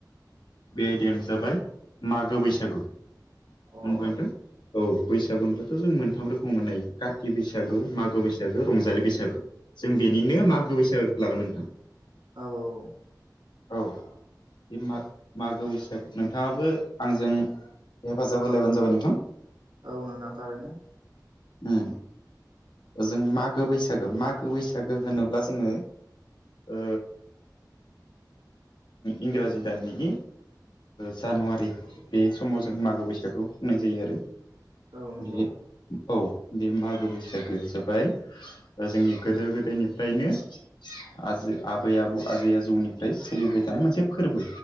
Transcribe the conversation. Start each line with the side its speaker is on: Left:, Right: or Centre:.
Left: बे आयदायानो जाबाय मागो बैसागु होनबाय
Right: औ
Left: नोंथां औ बैसागु होनब्लाथ' जों मोनथाम रोखोमाव मोननो हायो काति बैसागो
Right: औ
Left: मागो बैसागो रंजालि बैसागो। जों बेनिनो मागो बैसागुखौ लागोन नोंथां।
Right: औ औ
Left: औ बे मा मागो बैसागु नोंथाङाबो आंजों हेफाजाब होलायबानो जाबाय नोंथां।
Right: औ नोंथां थारैनो।
Left: ओम। ओ जों मागो बैसागु मागो बैसागु होनोब्ला जोङो ओ इंराजि दाननि जानुवारि बे समाव जों मागो बैसागु होननाय जायो आरो
Right: औ नंगौ
Left: बे औ बे मागो बैसागुआ जाबाय जोंनि गोदो गोदायनिफ्रायनो आजै आबै आबौ आजै आजौनिफ्राय सोलिबो थानाय मोनसे फोरबो